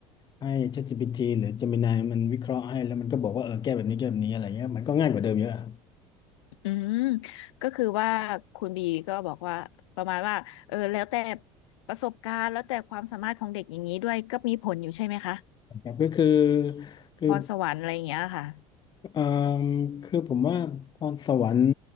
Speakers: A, on the left; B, on the left.
A: ให้ ChatGPT หรือ Gemini มันวิเคราะห์ให้แล้วมันก็บอกว่าเออแก้แบบนี้แก้แบบนี้อะไรเงี้ยมันก็ง่ายกว่าเดิมเยอะอะค
B: อืมก็คือว่าคุณบีก็บอกว่าประมาณว่าเออแล้วแต่ประสบการณ์แล้วแต่ความสามารถของเด็กอย่างนี้ด้วยก็มีผลอยู่ใช่ไหมคะ
A: รับก็คือคือ
B: พรสวรรค์อะไรอย่างเงี้ยค่ะ
A: เอ่อคือผมว่าพรสวรรค์